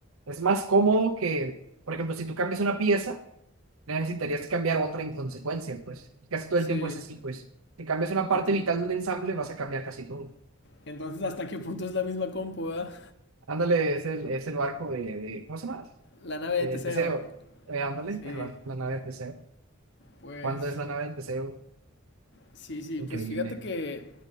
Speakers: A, on the right (about 85°); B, on the left (about 55°).
A: Es más cómodo que, por ejemplo, si tú cambias una pieza, necesitarías cambiar otra en consecuencia, pues. Casi todo
B: sí.
A: el tiempo es así, pues. Si cambias una parte
B: Enton-
A: vital del ensamble, vas a cambiar casi todo.
B: Entonces, ¿hasta qué punto es la misma compu, ah?
A: Ándale, es el, es el barco de, de- ¿cómo se llama?
B: La nave
A: Del
B: de Teseo.
A: Teseo. Eh, ándale,
B: Sí,
A: el barco, la nave del Teseo.
B: pues
A: ¿Cuándo es la nave del Teseo?
B: Sí, sí,
A: Increíble.
B: pues fíjate que
A: <laughs>